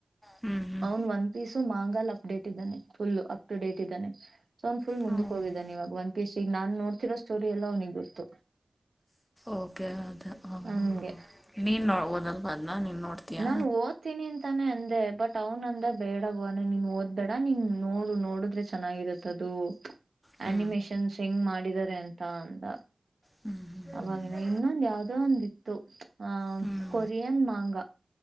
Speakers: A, on the left; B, on the right.
A: ಹ್ಮ್
B: ಅವನ್ ಒಂದ ಪೀಸು ಮಾಂಗಲ್ ಅಪ್ಡೇಟ್ ಇದ್ದಾನೆ. ಫುಲ್ಲು ಅಪ್ ಟು ಡೇಟ್ ಇದ್ದಾನೆ. ಅವನ್ ಫುಲ್ ಮುಂದಕ್ಕೆ
A: ಹ್ಮ್
B: ಹೋಗಿದ್ದಾನ ಈವಾಗ ಒಂದು. ಪಿಸಿ ನನ್ ನೋಡ್ತಿರೋ ಸ್ಟೋರಿ ಎಲ್ಲ ಅವನಿಗೆ ಗೊತ್ತು. ತು.
A: ಓಕೆ ಅದು ಹಾಂ
B: ಹಂಗೆ
A: ಹಾಂ ಹಾಂ ನೀನು ನೋ ಓದಲ್ವಾ ಅದನ್ನ ನೀನು ನೋಡ್ತೀಯಾ
B: ನಾನು ಓದ್ತೀನಿ ಅಂತಾನೆ ಅಂದೆ ಬಟ್ ಅವನಂದ ಬೇಡ ಬ ಅನ ನೀನ್ ಓದ್ಬೇಡ ನೀನ್ ನೋಡು ನೋಡುದ್ರೆ ಚೆನ್ನಾಗಿರತ್ತ ಅದು
A: ಹ್ಞೂ
B: ಆನಿಮೇಶನ್ಸ್ ಹೆಂಗ್ ಮಾಡಿದಿದ್ದಾರೆ ಅಂತ ಅಂದ.
A: ಹ್ಞೂ
B: ಅವವಾಗಿನ
A: ಹ್ಞೂ
B: ಇನ್ನೊಂದ್ ಯಾವ್ದೋ ಒಂದಿತ್ತು ಆಹ
A: ಹ್ಞೂ
B: ಕೊರಿಯನ್ ಮಾಂಗ